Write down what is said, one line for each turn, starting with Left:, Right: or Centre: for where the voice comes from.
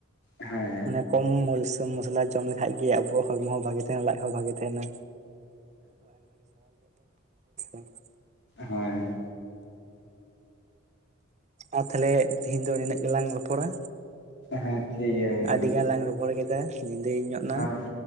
Left: ᱦᱮᱸ
Right: ᱢᱟᱱᱮ ᱠᱚᱢ ᱢ ᱤᱥᱤᱱ ᱢᱚᱥᱞᱟ ᱡᱚᱢ ᱞᱮᱠᱷᱟᱡ ᱜᱮ ᱟᱵᱚᱣᱟᱜ ᱦᱚᱲᱢᱚ ᱦᱚᱸ ᱵᱷᱟᱜᱮ ᱛᱟᱦᱮᱱᱟ ᱞᱟᱡ ᱦᱚᱸ ᱵᱷᱟᱜᱮ ᱛᱟᱦᱮᱱᱟ᱾ <unintelligible>
Left: ᱦᱚᱸᱭ
Right: ᱟᱨ ᱛᱷᱟᱞᱮ ᱛᱤᱦᱤᱧ ᱫᱚ ᱱᱤᱱᱟᱹᱜ ᱜᱮᱞᱟᱝ ᱨᱚᱯᱚᱲᱟ,
Left: ᱦᱮᱸ ᱴᱷᱤᱠ ᱜᱮᱭᱟ ᱜᱚᱝᱠᱮ
Right: ᱟᱹᱰᱤ ᱜᱟᱱ ᱞᱟᱝ ᱨᱚᱯᱚᱲ ᱠᱮᱫᱟ ᱧᱤᱫᱟᱹᱭ ᱧᱚᱜ ᱱᱟ᱾
Left: ᱦᱳᱭ ᱦᱳᱭ